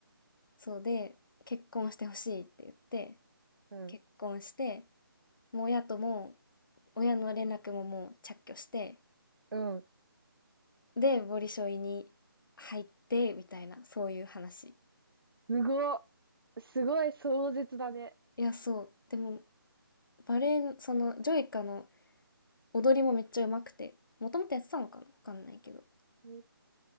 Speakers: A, on the left; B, on the right.
A: そうで、結婚してほしいって言って、
B: うん。
A: 結婚して、もう親とも、親の連絡ももう着去して、
B: うん。
A: で、ボリショイに入って、みたいな、そういう話。
B: すごっ。すごい壮絶だね。
A: いや、そう。でも、バレエ、その、ジョイカの踊りもめっちゃ上手くて、もともとやってたのかなわかんないけど。
B: うん